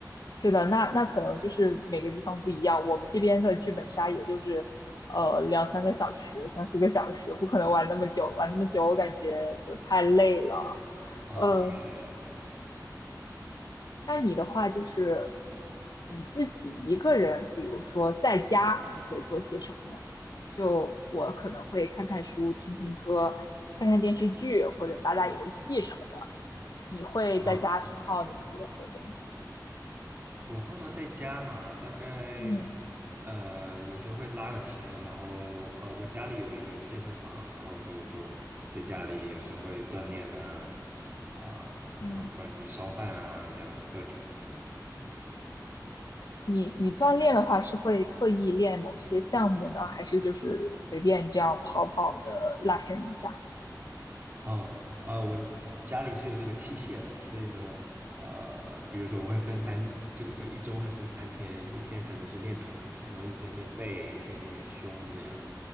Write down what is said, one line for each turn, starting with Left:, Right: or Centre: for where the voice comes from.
Left: 是的，那那可能就是每个地方不一样。我们这边的剧本杀也就是，呃，两三个小时、三四个小时，不可能玩那么久。玩那么久，我感觉就太累了。
Right: 啊，
Left: 呃。
Right: 是，
Left: 那你的话就是，你自己一个人，比如说在家，你会做些什么呢？就我可能会看看书、听听歌、看看电视剧或者打打游戏什么的。你会在家偏好哪些活动？
Right: 啊，我通常在家嘛，大概
Left: 嗯
Right: 呃有时候会拉个伸，然后呃我家里有一个健身房，然后所以我就在家里有时候会锻炼啊，啊、
Left: 嗯。
Right: 然后不然就是烧饭啊这样子各种。嗯
Left: 你你锻炼的话是会特意练某些项目呢，还是就是随便这样跑跑的拉伸一下？
Right: 哦，呃，我家里是有这个器械的，所以呢，呃，比如说我会分三，这个一周会分三天，一天可能是练腿，然后一天练背，一天练胸这样，